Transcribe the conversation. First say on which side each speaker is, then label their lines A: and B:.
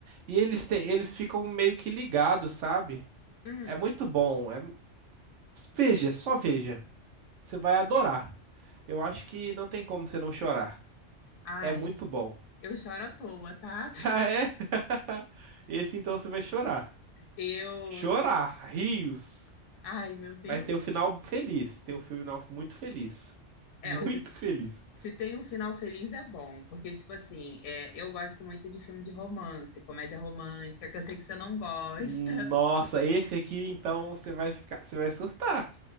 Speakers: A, on the right; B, on the left.
A: E eles têm, eles ficam meio que ligados, sabe?
B: Hum.
A: É muito bom. É... Veja, só veja. Você vai adorar. Eu acho que não tem como você não chorar.
B: Ai,
A: É muito bom. <laughs>
B: eu choro à toa, tá? <laughs>
A: Ah, é? <laughs> Esse então você vai chorar.
B: Eu.
A: Chorar,
B: sou-
A: rios.
B: Ai, meu Deus.
A: Mas tem um final feliz. Tem um final muito feliz. <laughs>
B: É,
A: Muito
B: os
A: feliz.
B: Se tem um final feliz é bom, porque, tipo assim, é, eu gosto muito de filme de romance, comédia romântica, que eu sei que você não gosta.
A: Nossa, esse aqui então você vai ficar, você vai surtar.